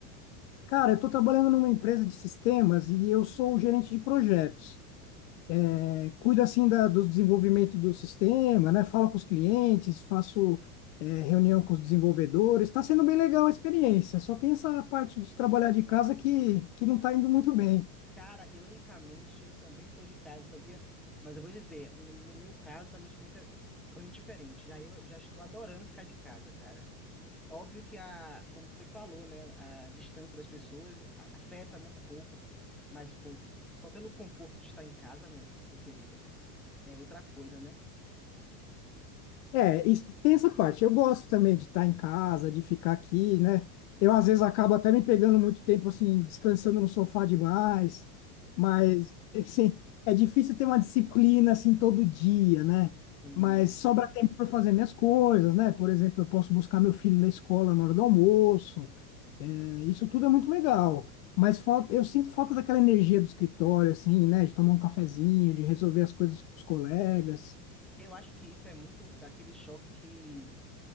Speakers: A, on the left; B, in the centre.
A: Cara, eu tô trabalhando numa empresa de sistemas e eu sou o gerente de projetos. É, cuido assim da, do desenvolvimento do sistema, né? Falo com os clientes, faço é, reunião com os desenvolvedores. Tá
B: Aham.
A: sendo bem legal a experiência, só tem essa parte de trabalhar de casa que, que não tá indo muito bem.
B: Cara, ironicamente, eu também tô de casa, sabia? Mas eu vou dizer, no, no meu caso, a minha experiência é totalmente diferente. Já eu já estou adorando ficar de casa, cara. Óbvio que a, como você falou, né, a distância das pessoas a- afeta, né, um pouco, mas pô, só pelo conforto de estar em casa, meu, meu querido, é outra coisa, né?
A: É, isso- tem essa parte. Eu gosto também de estar em casa, de ficar aqui, né? Eu, às vezes, acabo até me pegando muito tempo, assim, descansando no sofá demais, mas, assim, é difícil ter uma disciplina, assim, todo dia, né?
B: Sim,
A: Mas sobra tempo para fazer minhas coisas, né? Por exemplo, eu posso buscar meu filho na escola na hora do almoço. É, isso tudo é muito legal. Mas falta, eu sinto falta daquela energia do escritório, assim, né? De tomar um cafezinho, de resolver as coisas com os colegas.
B: eu acho que isso é muito daquele choque que.